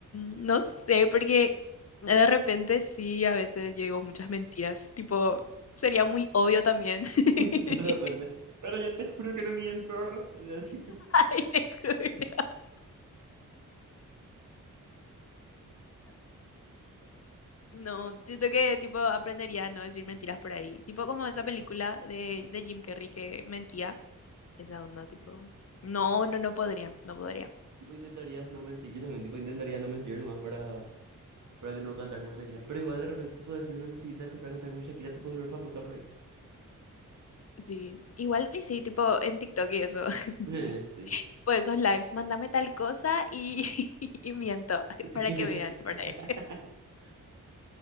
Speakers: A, on the left; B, on the right.
A: no sé, porque de repente sí, a veces yo digo muchas mentiras. Tipo, sería muy obvio también. <laughs>
B: <laughs> De repente, pero yo te juro que no miento. <laughs>
A: Ay, te juro. No, siento que tipo aprendería a no decir mentiras por ahí. Tipo como esa
B: Eso.
A: película de, de Jim Carrey que mentía. Esa onda, tipo. No, no, no podría, no podría.
B: Tipo, intentarías no mentir. Yo también, tipo, intentaría no mentir nomás para, para que no cantar como Shakira. Pero igual de repente, tipo, decir una mentirita, y empezar a cantar como Shakira, te puedes volver famosa por ahí.
A: Sí. Igual y sí, tipo en TikTok y eso. <laughs>
B: Eh, sí.
A: Tipo esos lives, mándame tal cosa y, <laughs> y miento <laughs>
B: <laughs>
A: para que vean por ahí.